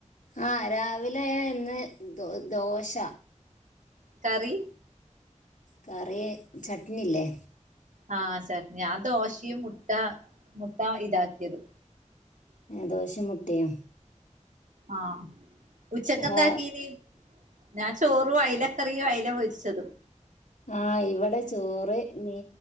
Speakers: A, on the left; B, on the right.
A: ആ രാവിലെ ഇന്ന് ദോ ദോശ.
B: കറി.
A: കറി ചട്നിയില്ലേ.
B: ആ ശഫ് ഞാ ദോശയും മുട്ട മുട്ട ഇതാക്കിയത്.
A: ആ ദോശേം മുട്ടേം
B: ആ ഉച്ചക്കെന്താക്കീന്.
A: ആ
B: ഞാൻ ചോറും അയലക്കറിയും അയലപൊരിച്ചതും.
A: ആ ഇവിടെ ചോറ് നി